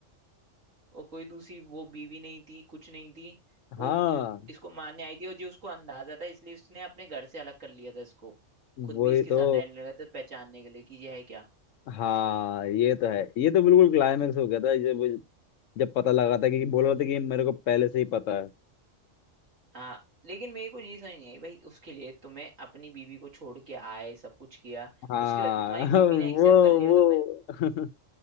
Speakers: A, on the right; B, on the left.
A: और कोई दूसरी वो बीवी नहीं थी कुछ नहीं थी वो
B: हाँ
A: दू, इसको मारने आई थी और जो उसको अंदाजा था इसलिए उसने अपने घर से अलग कर लिया था इसको खुद
B: वही
A: भी इसके साथ
B: तो
A: रहने लगा था पहचानने के लिए कि ये है क्या
B: हाँ ये तो है ये तो बिल्कुल क्लाइमेक्स हो गया था जब जब पता लगा था कि बोल रहा था कि मेरे को पहले से ही पता है
A: हाँ लेकिन मेरे को ये समझ नहीं आई भाई उसके लिए तुम्हें अपनी बीवी को छोड़ के आए सब कुछ किया
B: हाँ
A: उसके बाद भी तुम्हारी
B: <laughs> वो
A: बीवी ने एक्सेप्ट कर लिया
B: वो
A: तुम्हें
B: <laughs>